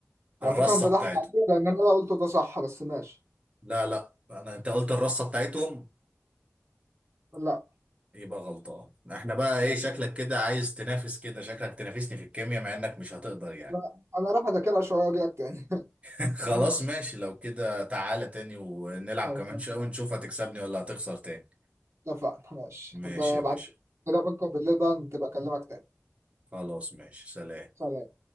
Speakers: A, on the right; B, on the right.
A: الرصة
B: على فكرة انت ضحك
A: بتاعته
B: عليا لان انا لا قلته ده صح بس ماشي
A: لا لا انا انت قلت الرصة بتاعتهم
B: لا
A: يبقى غلطان احنا بقى ايه
B: ماشي
A: شكلك كده عايز تنافس كده شكلك تنافسني في الكيمياء مع انك مش هتقدر يعني
B: لا انا راح اذاكرها شوية واجي لك تاني
A: <laughs> خلاص
B: <laughs>
A: ماشي لو كده تعالى تاني ونلعب
B: اتفقنا
A: كمان شوية ونشوف هتكسبني ولا هتخسر تاني
B: اتفقنا، ماشي
A: ماشي
B: ب-
A: يا باشا
B: بعد كده بكره بالليل بقى تبقى اكلمك تاني
A: خلاص ماشي سلام
B: سلام